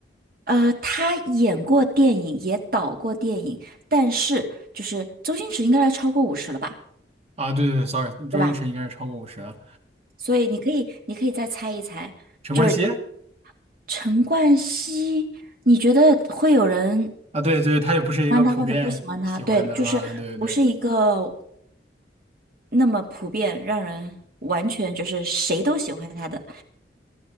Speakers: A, on the right (about 55°); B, on the right (about 35°).
A: 呃，他演过电影，也导过电影，但是就是周星驰应该要超过五十了吧，
B: 啊，对对对，sorry，周星驰应该是超过五十了。
A: 对吧？所以你可以，你可以再猜一猜，
B: 陈冠希
A: 就是陈冠希，你觉得会有人喜
B: 啊，对对对，他也不是一个普遍喜欢的啊，
A: 欢他或者不喜欢他？对，就是不是一个
B: 对对对，
A: 那么普遍，让人完全就是谁都喜欢他的。